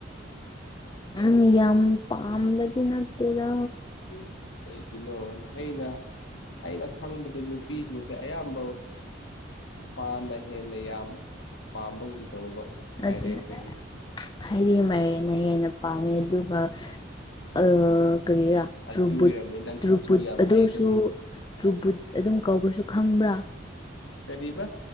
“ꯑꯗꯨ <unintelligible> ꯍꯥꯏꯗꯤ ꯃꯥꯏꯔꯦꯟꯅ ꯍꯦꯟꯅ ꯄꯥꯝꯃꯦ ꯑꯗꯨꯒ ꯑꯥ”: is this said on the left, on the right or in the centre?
Left